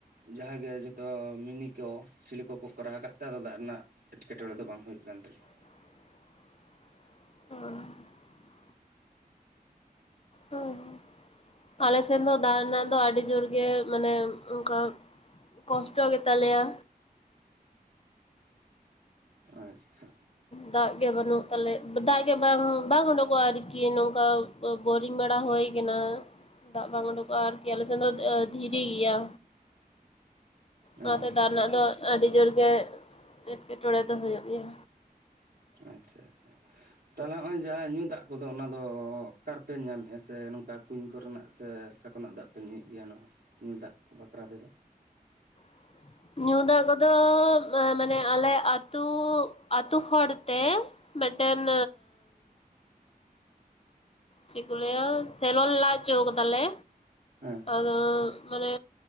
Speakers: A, on the right; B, on the left.
A: ᱡᱟᱦᱟᱸᱜᱮ ᱡᱚᱛᱚ ᱢᱤᱱᱤ ᱠᱚ ᱥᱤᱞ ᱠᱚᱠᱚ ᱠᱚᱨᱟᱣ ᱟᱠᱟᱫ ᱛᱮ ᱟᱫᱚ ᱫᱟᱜ ᱨᱮᱱᱟᱜ ᱮᱴᱠᱮᱴᱚᱬᱮ ᱫᱚ ᱵᱟᱝ ᱦᱩᱭᱩᱜ ᱠᱟᱱᱟ ᱠᱟᱱ ᱛᱟᱞᱮᱭᱟ
B: ᱚ ᱦᱚᱸ ᱦᱚᱸ ᱟᱞᱮ ᱥᱮᱱ ᱫᱚ ᱫᱟᱜ ᱨᱮᱱᱟᱜ ᱫᱚ ᱟᱹᱰᱤ ᱡᱳᱨ ᱜᱮ ᱢᱟᱱᱮ ᱚᱱᱠᱟ ᱠᱚᱥᱴᱚ ᱜᱮᱛᱟᱞᱮᱭᱟ
A: ᱟᱪᱪᱷᱟ
B: ᱫᱟᱜ ᱜᱮ ᱵᱟᱹᱱᱩᱜ ᱛᱟᱞᱮ ᱫᱟᱜ ᱜᱮ ᱵᱟᱝ ᱵᱟᱝ ᱩᱰᱩᱠᱚᱜᱼᱟ ᱟᱨᱠᱤ ᱱᱚᱝᱠᱟ ᱵᱳᱨᱤᱝ ᱵᱮᱲᱟ ᱦᱩᱭ ᱠᱟᱱᱟ ᱫᱟᱜ ᱵᱟᱝ ᱩᱰᱩᱠᱚᱜᱼᱟ ᱟᱨᱠᱤ ᱟᱞᱮ ᱥᱮᱱ ᱫᱚ ᱫᱷᱤᱨᱤ ᱜᱮᱭᱟ ᱚᱱᱟᱛᱮ
A: ᱟᱪᱪᱷᱟ
B: ᱫᱟᱜ ᱨᱮᱱᱟᱜ ᱫᱚ ᱟᱹᱰᱤ ᱡᱳᱨ ᱜᱮ ᱮᱸᱴᱠᱮᱴᱚᱬᱮ ᱫᱚ ᱦᱩᱭᱩᱜ ᱜᱮᱭᱟ
A: ᱟᱪᱪᱷᱟ ᱛᱟᱦᱚᱞᱮ ᱱᱚᱜᱼᱚᱭ ᱡᱟᱦᱟᱸ ᱧᱩ ᱫᱟᱜ ᱠᱚᱫᱚ ᱚᱱᱟ ᱫᱚ ᱚᱠᱟ ᱠᱟᱨᱯᱮ ᱧᱟᱢᱮᱫᱼᱟ ᱥᱮ ᱱᱚᱝᱠᱟ ᱠᱩᱧ ᱠᱚᱨᱮᱱᱟᱜ ᱥᱮ ᱚᱠᱟ ᱠᱷᱚᱱᱟᱜ ᱫᱟᱜ ᱯᱮ ᱧᱩᱭᱮᱫ ᱜᱮᱭᱟ ᱱᱚᱣᱟ ᱧᱩᱭ ᱫᱟᱜ ᱵᱟᱠᱷᱨᱟ ᱛᱮᱫᱚ
B: ᱻ ᱧᱩ ᱫᱟᱜ ᱠᱚᱫᱚ ᱢᱟᱱᱮ ᱟᱞᱮ ᱟᱹᱛᱩ ᱟᱹᱛᱩ ᱦᱚᱲ ᱛᱮ ᱢᱤᱫᱴᱟᱝ ᱪᱮᱫ ᱠᱚ ᱞᱟᱹᱭᱟ ᱥᱮᱞᱚ ᱞᱟ ᱦᱚᱪᱚ ᱟᱠᱟᱫᱟᱞᱮ
A: ᱦᱮᱸ
B: ᱟᱫᱚ ᱢᱟᱱᱮ